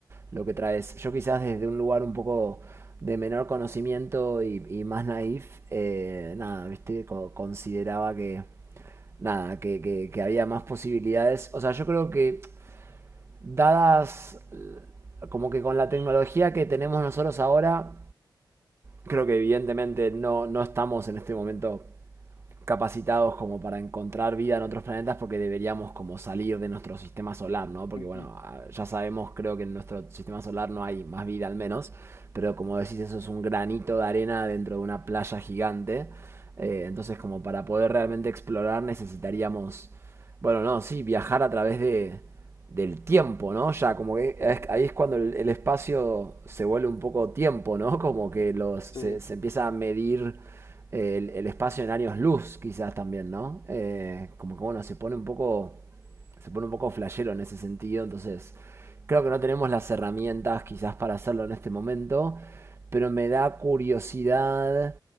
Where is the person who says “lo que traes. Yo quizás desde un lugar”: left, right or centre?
Right